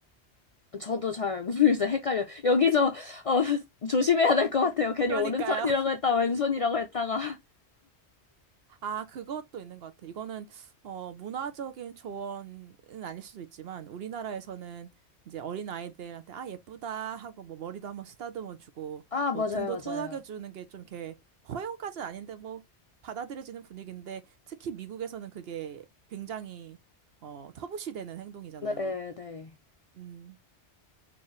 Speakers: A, on the left (about 50°); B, on the right (about 65°).
A: 저도 잘 모르겠어요. 헷갈려. 요 여기서 어, <laughs> 조심해야 될 것 같아요. 괜히
B: 그러니까요.
A: 오른손이라고 했다, 왼손이라고 했다가.
B: 아, 그것도 있는 것 같아. 이거는, 어, 문화적인 조언은 아닐 수도 있지만, 우리나라에서는 이제 어린 아이들한테, 아, 예쁘다 하고, 뭐, 머리도 한번 쓰다듬어 주고,
A: 아, 맞아요,
B: 뭐, 등도 토닥여
A: 맞아요.
B: 주는 게 좀 이렇게, 허용까지는 아닌데, 뭐, 받아들여지는 분위기인데, 특히 미국에서는 그게 굉장히, 어, 터부시되는 행동이잖아요.
A: 네, 네.
B: 음,